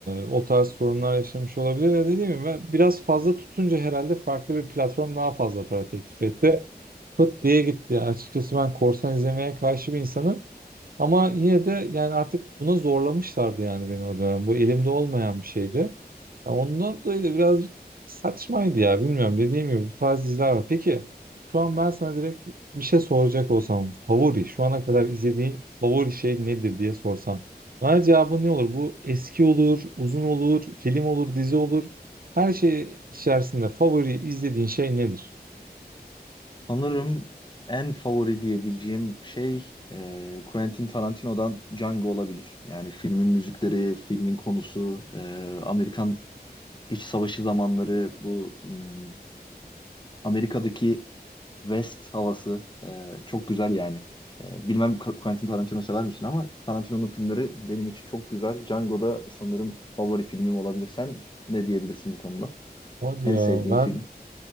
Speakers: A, on the right; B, on the left.
A: o tarz sorunlar yaşamış olabilir. Ya dediğim gibi ben biraz fazla tutunca herhalde farklı bir platform daha fazla para teklif etti. Pıt diye gitti. Yani açıkçası ben korsan izlemeye karşı bir insanım. Ama yine de yani artık buna zorlamışlardı yani beni o dönem. Bu elimde olmayan bir şeydi. Ya ondan dolayı da biraz saçmaydı ya bilmiyorum dediğim gibi bu tarz diziler var. Peki şu an ben sana direkt bir şey soracak olsam favori şu ana kadar izlediğin favori şey nedir diye sorsam. Bana cevabın ne olur? Bu eski olur, uzun olur, film olur, dizi olur. Her şey içerisinde favori izlediğin şey nedir?
B: Sanırım en favori diyebileceğim şey e, Quentin Tarantino'dan Django olabilir. Yani filmin müzikleri, filmin konusu, e, Amerikan İç Savaşı zamanları, bu hmm, Amerika'daki West havası e, çok güzel yani. E, bilmem Ka- Quentin Tarantino sever misin ama Tarantino'nun filmleri benim için çok güzel. Django da sanırım favori filmim olabilir. Sen ne diyebilirsin bu konuda?
A: Hadi
B: En
A: ya
B: sevdiğin
A: ben
B: film?